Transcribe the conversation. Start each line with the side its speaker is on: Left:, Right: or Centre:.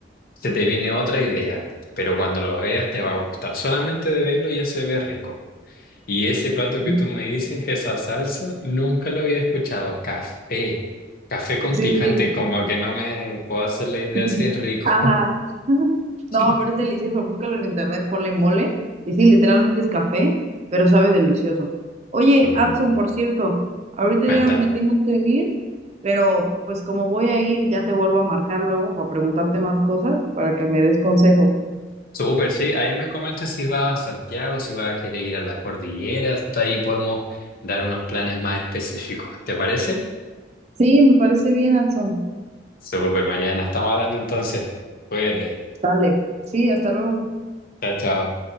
Left: se te viene otra idea, pero cuando lo veas te va a gustar, solamente de verlo ya se ve rico. Y ese plato
Right: Sí,
Left: que tú me dices, esa salsa, nunca lo había escuchado, café, café con
Right: sí.
Left: picante, como que no me puedo hacer la idea
Right: sí.
Left: si es rico.
Right: Ajá. <laughs> No,
Left: <laughs>
Right: pero es delicioso. Búscalo en internet, ponle mole. Y sí, literalmente es café, pero sabe delicioso. Oye,
Left: Mm,
Right: Adson, por cierto, ahorita
Left: Cuéntame.
Right: ya me tengo que ir, pero pues como voy a ir, ya te vuelvo a marcar luego para preguntarte más cosas, para que me des consejos.
Left: Súper, sí. Ahí me comentas si vas a Santiago, si vas a querer ir a la cordillera. Entonces Ahí podemos dar unos planes más específicos. ¿Te parece?
Right: Sí, me parece bien, Adson.
Left: Súper, Mariana. Estamos hablando entonces. Cuídate.
Right: Dale. Sí, hasta luego.
Left: Chao, chao.